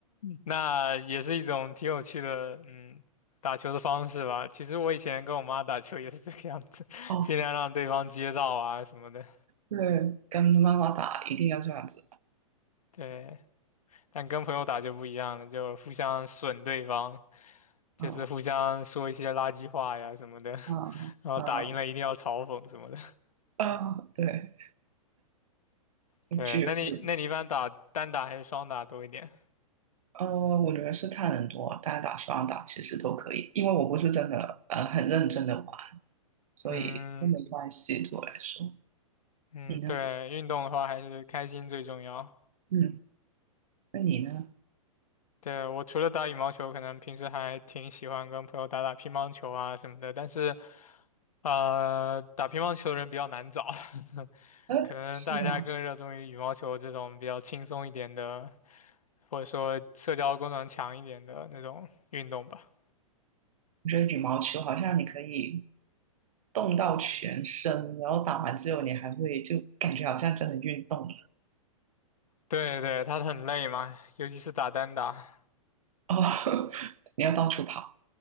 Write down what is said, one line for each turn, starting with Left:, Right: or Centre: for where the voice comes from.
Left: 那也是一种挺有趣的，嗯，打球的方式吧。其实我以前跟我妈打球也是这个样子，<laughs>
Right: 哦。
Left: 尽量让对方接到啊什么的。
Right: 对，跟妈妈打一定要这样子。
Left: 对，但跟朋友打就不一样了，就互相损对方，就是互相说一些垃圾话呀什么的，
Right: 啊
Left: <laughs>
Right: 啊
Left: 然后打赢了一定要嘲讽什么的。
Right: 啊啊！对，
Left: 对，
Right: 聚会。
Left: 那你那你一般打单打还是双打多一点？
Right: 呃，我觉得是看人多，单打双打其实都可以，因为我不是真的呃很认真的玩，所以都没关系对我来说。
Left: 嗯嗯，
Right: 你呢？
Left: 对，运动的话还是开心最重要。
Right: 嗯，那你呢？
Left: 对，我除了打羽毛球，可能平时还挺喜欢跟朋友打打乒乓球啊什么的，但是，呃，打乒乓球的人比较难找，<laughs>
Right: 呃，
Left: 可能大家更热衷于羽毛球这种比较轻松一点的，
Right: 是啊，
Left: 或者说社交功能强一点的那种运动吧。
Right: 我觉得羽毛球好像你可以动到全身，然后打完之后你还会就感觉好像真的运动了
Left: 对对，它很累嘛，尤其是打单打。
Right: 哦，<laughs> 你要到处跑。